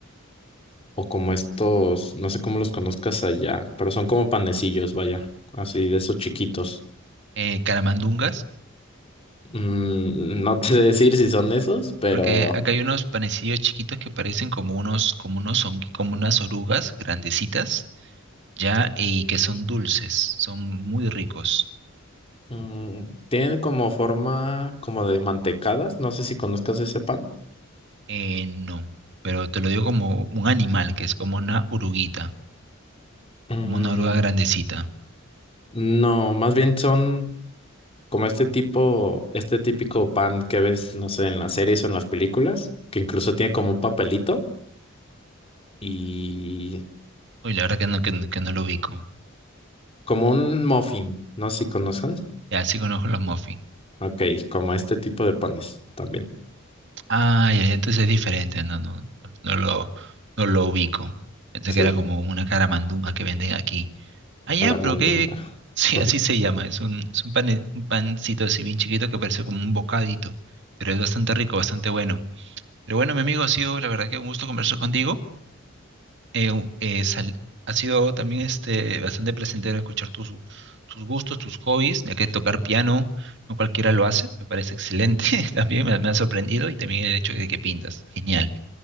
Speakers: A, on the left; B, on the right.
A: o como estos, no sé cómo los conozcas allá, pero son como panecillos, vaya, así de esos chiquitos.
B: Eh, caramandungas,
A: Mm, no <laughs> te sé decir si son esos, pero...
B: porque acá hay unos panecillos chiquitos que parecen como unos, como unos, hongui- como unas orugas grandecitas ¿ya? Y que son dulces, son muy ricos.
A: Mm, tiene como forma como de mantecadas, no sé si conozcas ese pan.
B: Eh, no, pero te lo digo como un animal, que es como una oruguita,
A: Mm,
B: como una oruga grandecita.
A: no, más bien son como este tipo, este típico pan que ves, no sé, en las series o en las películas, que incluso tiene como un papelito y
B: Uy, la verdad que no, que, no que no lo ubico.
A: como un muffin, no sé si conozcas.
B: Ya, sí conozco los muffins.
A: Ok, como este tipo de panes también.
B: Ah, ya, entonces es diferente, no, no, no lo, no lo ubico. Pensé
A: Sí,
B: que era como una caramandunga que venden aquí. Ah, ya,
A: caramandonga.
B: pero qué, <laughs> sí,
A: <laughs>
B: así se llama, es un, es un, pane- un pancito así bien chiquito que parece como un bocadito, pero es bastante rico, bastante bueno. Pero bueno, mi amigo, ha sido la verdad que un gusto conversar contigo. Eh, un- eh, sal- ha sido también este, bastante placentero escuchar tus, tus gustos, tus hobbies, ya que tocar piano no cualquiera lo hace, me parece excelente. <laughs> También me, me ha sorprendido y también el hecho de que pintas. Genial.